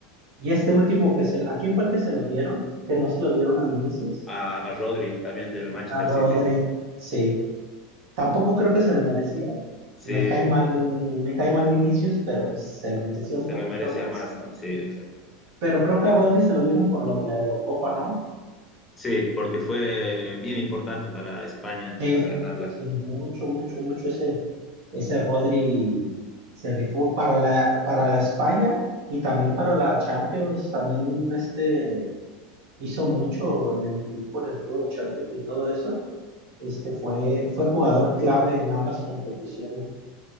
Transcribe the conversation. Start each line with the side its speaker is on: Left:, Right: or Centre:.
Right: Y este último que se, ¿a quién fue el que se lo dieron? Que no se lo dieron a Vinicius,
Left: a, a Rodri, también del Manchester
Right: a Rodri,
Left: City.
Right: sí. Tampoco creo que se lo merecía.
Left: Sí,
Right: Me cae mal, me cae mal Vinicius, pero pues se lo merecía
Left: se
Right: un poquito
Left: lo merecía
Right: más.
Left: más, ¿no? Sí, exacto.
Right: Pero creo que a Rodri se lo dieron por lo de la Eurocopa, ¿no?
Left: Sí, porque fue bien importante para España,
Right: Sí,
Left: para ganarla.
Right: sí, mucho, mucho, mucho ese, ese Rodri se rifó para la, para la España y también para la Champions. También este hizo mucho en el equipo, en el juego de Champions y todo eso. Este fue, fue jugador clave en ambas competiciones.